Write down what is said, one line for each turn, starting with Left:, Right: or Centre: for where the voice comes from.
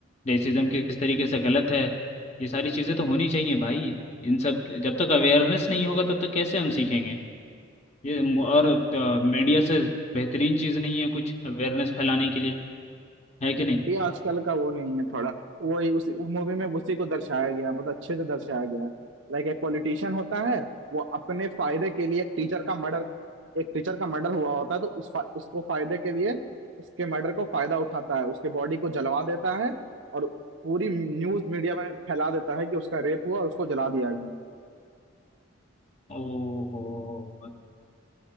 Left: रेसिज्म किस तरीके से गलत है ये सारी चीजें तो होनी चाहिए भाई इन सब जब तक अवेयरनेस नहीं होगा तब तक कैसे हम सीखेंगे ये मु- और मीडिया से बेहतरीन चीज नहीं है कुछ अवेयरनेस फैलाने के लिए है कि नहीं
Right: ये आजकल का वो नहीं है थोड़ा वही उस मूवी में उसी को दर्शाया गया बहुत अच्छे से दर्शाया गया है लाइक एक पॉलिटिशियन होता है वो अपने फायदे के लिए एक टीचर का मर्डर एक टीचर का मर्डर हुआ होता है तो उस फा, उसको फायदे के लिए उसके मर्डर को फायदा उठाता है उसके बॉडी को जलवा देता है और पूरी न्यूज मीडिया में फैला देता है कि उसका रेप हुआ और उसको जला दिया गया
Left: ओहो